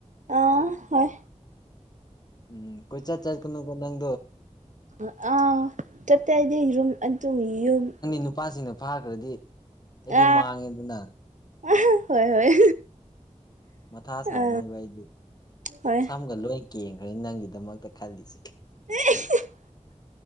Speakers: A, on the right; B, on the left.
A: ꯑꯥ ꯍꯣꯏ
B: ꯎꯝ ꯀꯣꯏ ꯆꯠ ꯆꯠꯀꯨ ꯀꯣ ꯅꯪ
A: <unintelligible>
B: ꯅꯨꯄꯥꯁꯤꯡꯗꯣ ꯐꯥꯈ꯭ꯔꯗꯤ ꯑꯩꯗꯤ
A: ꯑ
B: ꯃꯥꯡꯉꯦꯗꯅ
A: ꯑ ꯍꯣꯏ ꯍꯣꯏ
B: ꯃꯊꯥ ꯁꯥꯔꯅꯦꯕ
A: ꯑ
B: ꯑꯩꯗꯤ
A: ꯍꯣꯏ
B: ꯁꯝꯒ ꯂꯣꯏ ꯀꯦꯟꯒ꯭ꯔꯅꯤ ꯅꯪꯒꯤꯗꯃꯛꯇ ꯈꯜꯂꯤꯁꯦ
A: ꯍ <unintelligible> <inaudible>